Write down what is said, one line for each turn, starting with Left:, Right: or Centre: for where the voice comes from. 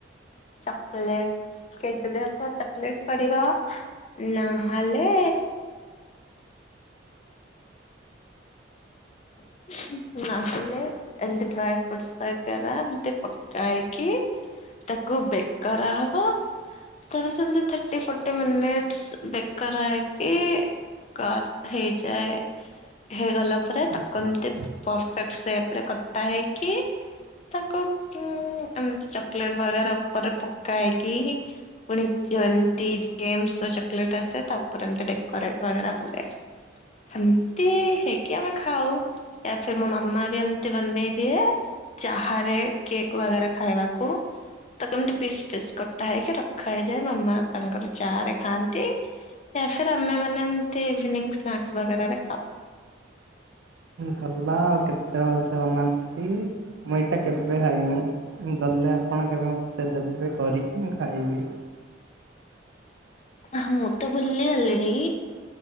Left: ଚକଲେଟ୍ କେକ୍ ଦେହରେ ତ ଚକଲେଟ୍ ପଡ଼ିବ ନହଲେ <unintelligible> ନହଲେ ଏମ୍ ତି ଡ୍ରାଏ ଫୁଟସ୍ ପାକେରା ଏମ୍ ତି ପକାଇକି ତାକୁ ବେକ୍ କରା ହବ। ତାକୁ ସେମ୍ ତି ଥାର୍ଟି ଫୋର୍ଟି ମିନିଟସ୍ ବେକ୍ କରା ହେଇକି କର୍ ହେଇଯାଏ ହେଇଗଲା
Right: ଆଚ୍ଛ୍।
Left: ପରଫେକ୍ଟ୍ ସେପ୍ ରେ କଟା ହେଇକି ତାଙ୍କୁ ଉଁ ଏମ୍ ତି ଚକଲେଟ୍ ବାଗେରା ଉପରେ ପକା ହେଇକି ପୁଣି <unintelligible> ମ୍ ତି ଜେମସ୍ ର ଚକୋଲେଟ ଆସେ ତା ଉପରେ ଏମ୍ ତି ଡେକୋରେଟ୍ ବାଗେରା ହୁଏ। ହେମ୍ ତି ହେଇକି ଆମେ ଖାଉ ୟା ଫିର୍ ମୋ ମାମା ବି ଏମ୍ ତି ବନେଇ ଦିଏ। ଚାହାରେ କେକ୍ ବାଗେରା ଖାଇବାକୁ ତ କେମ୍ ତି ପିସ୍ ପିସ୍ କଟା ହେଇକି ରଖା ହେଇଯାଏ ମାମା ତାଙ୍କର ଚାହାରେ ଖାଆନ୍ତି। ୟା ଫିର୍ ଆମେ ମାନେ ଏମ୍ ତି ଇଭିନିଂ ସ୍ନାକ୍ସ୍ ବଗେରା ରେ ଖାଉ।
Right: ଗଲା ଆଉ କେତେ ଭଲ୍ ସେ ବନାନ୍ତି ମୁଁ ଏଇଟା କେବେ ଖାଇନି ଗଲେ ଆ ଆପଣ କେବେ ମତେ ଦେବେ କରିକି ମୁଁ ଖାଇବି।
Left: ହଁ ମୁଁ ତ ଭୁଲି ଗଲିଣି।